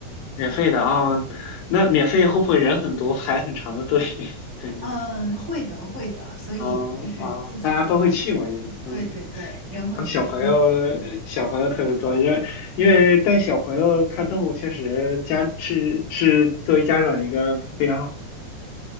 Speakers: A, on the left (about 80°); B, on the right (about 45°).
A: 免费的啊，那免费会不会人很多，排很长的队？<laughs> 感觉
B: 嗯，会的，会的，所以就是尽早。
A: 哦哦，大家都会去嘛，因为嗯，
B: 对对对，人会比较拥挤。
A: 然后小朋友小朋友特别多，因为因为带小朋友看动物确实家是是作为家长一个非常好，